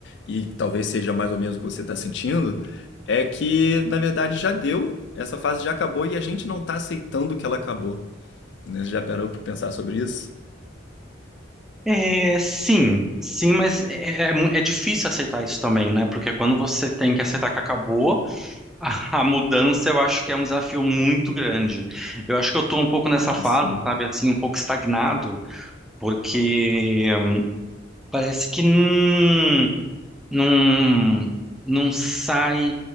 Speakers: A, on the left; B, in the centre.
A: e talvez seja mais ou menos o que você está sentindo, é que na verdade já deu, essa fase já acabou e a gente não tá aceitando que ela acabou. né? Já parou pra pensar sobre isso?
B: É, sim, sim, mas é, é mu- é difícil aceitar isso também, né? Porque quando você tem que aceitar que acabou, <laughs> A mudança eu acho que é um desafio muito grande. Eu acho que eu estou um pouco nessa
A: Ah,
B: fase,
A: sim.
B: sabe, assim, um pouco estagnado, porque parece que não, não, não sai